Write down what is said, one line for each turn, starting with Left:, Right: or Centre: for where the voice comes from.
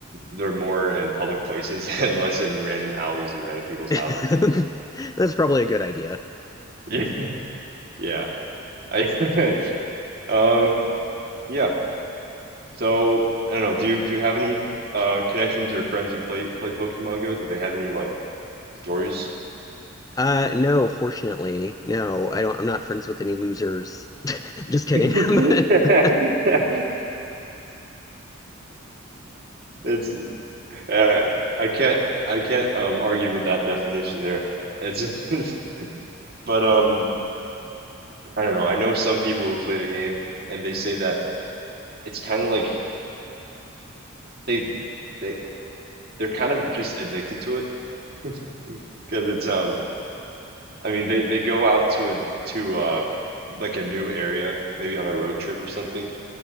Right: they're more in public places <laughs> and less in random alleys and random people's
Left: <laughs>
Right: houses. <laughs>
Left: That's probably a good idea.
Right: Yeah. Yeah. I <laughs> um yeah. So I don't know, do you do you have any uh connections or friends who play play Pokemon Go? Do they have any like stories
Left: Uh, no, fortunately, no, I don't. I'm not friends with any losers. <laughs> Just kidding.
Right: <laughs>
Left: <laughs>
Right: Yeah, it's uh, I can't I can't um argue with that definition there. It's <laughs> but um I don't know. I know some people who play the game and they say that it's kind of like they they they're kind of just addicted to it <laughs> because it's um I mean they they go out to a to uh like a new area maybe on a road trip or something